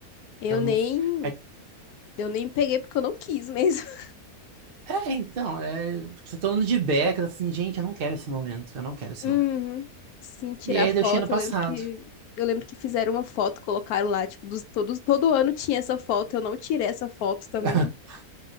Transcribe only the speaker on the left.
Eu
nem,
eu nem peguei porque eu não quis mesmo. <laughs>
Uhum.
Sim, tirar
foto,
eu lembro que eu lembro que fizeram uma foto, colocaram lá, tipo, dos, todos, todo ano tinha essa foto, eu não tirei essa foto também.